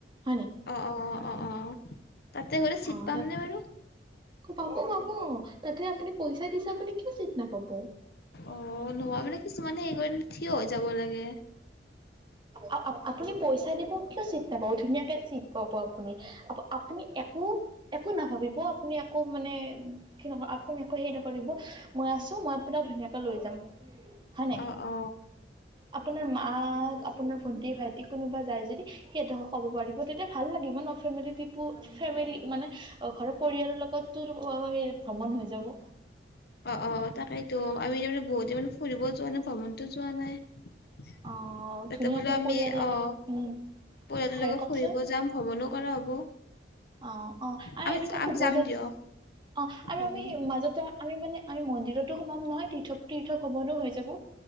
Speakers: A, on the right (about 25°); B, on the left (about 60°).
A: হয়নে।
B: অ অ অ অ অ। তাতে গ'লে চিট
A: অঁ,
B: পামনে
A: তাত,
B: বাৰু
A: পাব-পাব। তাতে আপুনি পইচা দিচে আপুনি কিয় চিত নাপাব।
B: অ' নহয় মানে কিছুমানে সেই থিয় হৈ যাব লাগে
A: আ-আ আপুনি পইচা দিব কিয় চিট নাপাব, ধুনীয়াকে চিত পাব আপুনি, আপুনি একো- একো নাভাবিব আপুনি একো মানে কি নক আপুনি একো হেৰি নকৰিব, মই আছোঁ মই আপোনাক ধুনীয়াকৈ লৈ যাম। হয় নাই।
B: অ অ
A: আপোনাৰ মাক আপোনাৰ ভন্টি ভাইটি কোনোবা যায় যদি সিহঁতকো ক'ব পাৰিব তেতিয়া ভাল লাগিব ন ফেমিলি ট্ৰিপো ফেমিলি মানে ঘৰৰ পৰিয়ালৰ লগতো ভ্ৰমণ হৈ যাব
B: অ অ তাকেইতো আমি তাৰমানে বহুতে মানে ফুৰিবও যোৱা নাই ভ্ৰমণতো যোৱা নাই
A: আহ
B: তাতে
A: ধুনীয়াকে
B: বোলো আমি
A: পৰিয়ালৰ লগত
B: অহ পৰিয়ালৰ
A: উম হয়
B: লগতে
A: কওকচোন
B: ফুৰিব যাম ভ্ৰমণো কৰা হ'ব
A: অ অ আৰু
B: আমি
A: এনেকোৱা
B: আমি
A: শুভযাত্ৰা
B: যাম দিয়ক
A: অ আৰু
B: উম
A: আমি সেই মাজতে আমি মানে আমি মন্দিৰত তো সোমাম নহয় তীৰ্থৱ তীৰ্থক ভ্ৰমনো হৈ যাব